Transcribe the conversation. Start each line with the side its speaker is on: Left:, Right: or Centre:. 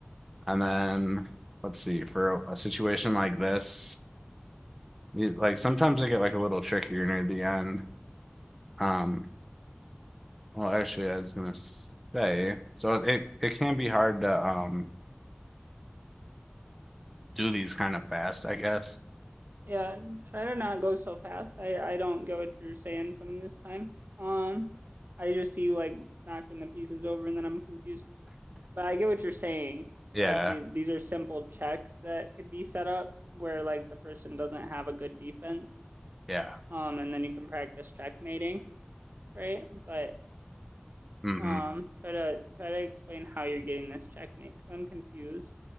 Centre: and then let's see for a, a situation like this you, like sometimes they get like a little trickier near the end um well actually I was gonna say so it it can be hard to um do these kind of fast I guess
Right: Yeah. Try to not go so fast. I I don't get what you're saying some of this time. Um, I just see you like knocking the pieces over and then I'm confused. But I get what you're saying.
Centre: <laughs> yeah
Right: Like the, these are simple checks that could be set up where like the person doesn't have a good defense.
Centre: yeah
Right: Um, and then you can practice checkmating, right? But
Centre: hmm
Right: Um, try to try to explain how you're getting this checkmate because I'm confused.